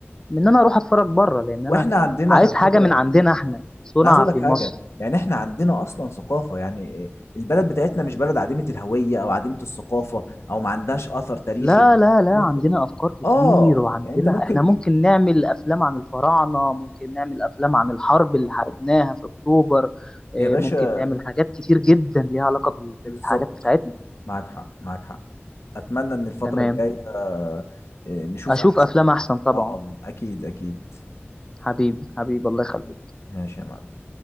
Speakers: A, on the left; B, on the left.
A: من ان انا اروح اتفرج بره لان
B: واحنا
A: انا
B: عندنا
A: عايز
B: على
A: حاجه
B: فكره
A: من عندنا احنا صنع
B: انا عايز اقول
A: في
B: لك حاجه
A: مصر
B: يعني احنا عندنا اصلا ثقافه يعني إيه، البلد بتاعتنا مش بلد عديمه الهويه او عديمه الثقافه او ما عندهاش اثر تاريخي
A: لا لا لا
B: ممكن
A: عندنا افكار كتير
B: اه
A: وعندنا
B: يعني انت ممكن
A: احنا ممكن
B: ت-
A: نعمل افلام عن الفراعنه ممكن نعمل افلام عن الحرب اللي حاربناها في اكتوبر إيه،
B: يا باشا
A: ممكن نعمل حاجات كتير جدا ليها علاقه بال-
B: بالظبط
A: بالحاجات بتاعتنا
B: معاك حق معاك حق اتمنى ان الفتره
A: تمام
B: الجايه آه، نشوف
A: اشوف
B: احسن
A: افلام احسن طبعا
B: اه اكيد اكيد
A: حبيبي حبيبي الله يخليك
B: ماشي يا معلم